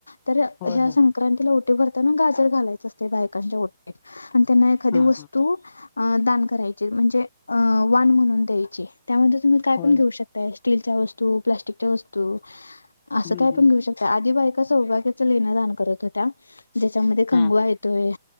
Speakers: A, on the left; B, on the left.
A: तर
B: होय
A: ह्या
B: होय
A: संक्रांतिला ओट ओटी भरताना गाजर घालायच असते बायकांच्या ओटीत आणि त्यांना एखादी
B: हा
A: वस्तू
B: हा
A: अ दान करायची म्हणजे अ वान म्हणून द्यायची त्यामध्ये तुम्ही काय
B: होय
A: पण घेऊ
B: होय.
A: शकता स्टीलच्या वस्तू प्लाटिकच्या वस्तू अस
B: हम्म
A: काय पण
B: हम्म
A: घेऊ शक आधी बाय का सौभाग्याच लेण दान करत होत्या ज्याच्यामध्ये कंगवा
B: हा हा
A: येतोय